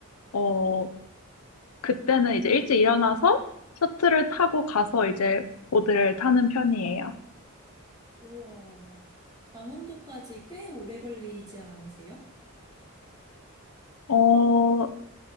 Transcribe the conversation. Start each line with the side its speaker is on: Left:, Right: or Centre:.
Left: 어 그때는 이제 일찍 일어나서 셔틀을 타고 가서 이제 보드를 타는 편이에요.
Right: 우와. 강원도까지 꽤 오래 걸리지 않으세요?
Left: 어,